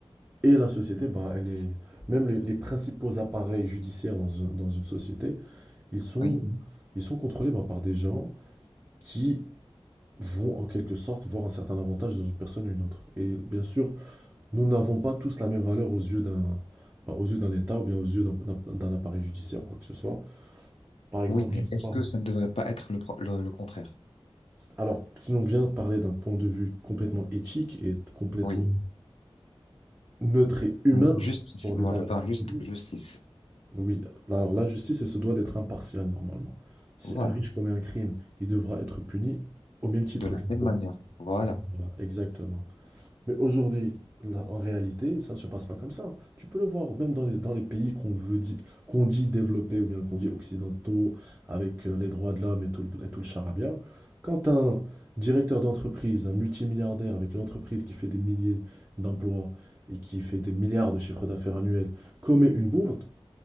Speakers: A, on the right (about 25°); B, on the left (about 90°).
A: Et la société, bah, elle est... même les, les principaux appareils judiciaires dans une, dans une société, ils sont,
B: oui,
A: ils sont contrôlés bah, par des gens qui vont en quelque sorte voir un certain avantage dans une personne ou une autre. Et bien sûr, nous n'avons pas tous la même valeur aux yeux d'un bah, aux yeux d'un État ou bien aux yeux d'un d'un- d'un appareil judiciaire ou quoi que ce soit. Par exemple,
B: oui. Mais
A: je Oui. sais
B: est-ce
A: pas.
B: que ça ne devrait pas être le, pro- le, le contraire?
A: Alors, si l'on vient parler d'un point de vue complètement éthique et complètement
B: Oui.
A: Neutre et humain
B: Euh, justice.
A: pour des
B: Moi,
A: valeurs
B: je parle
A: absolues.
B: juste justice.
A: Oui, alors la justice, elle se doit d'être impartiale normalement. Si
B: Voilà.
A: un riche commet un crime, il devra être puni au même titre
B: De la
A: qu'un
B: même
A: pauvre.
B: manière. Voilà.
A: Voilà, exactement. Mais aujourd'hui, là, en réalité, ça ne se passe pas comme ça. Tu peux le voir, même dans les, dans les pays qu'on veut di- qu'on dit développés ou bien qu'on dit occidentaux, avec euh, les droits de l'homme et tout le, et tout le charabia. Quand un directeur d'entreprise, un multimilliardaire avec une entreprise qui fait des milliers d'emplois et qui fait des milliards de chiffres d'affaires annuels, commet une bourde,